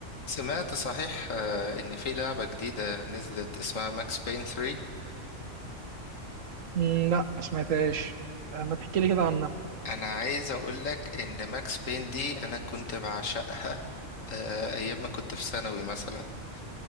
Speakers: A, on the left (about 85°); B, on the right (about 85°).
A: سمعت صحيح آه، ان في لعبة جديدة نزلت اسمها ماكس بين 3
B: مم، لا ما سمعتهاش آه، ما تحكي لي كده عنها
A: انا عايز اقولك ان ماكس بين دي انا كنت بعشقها آه، ايام ما كنت في ثانوي مثلا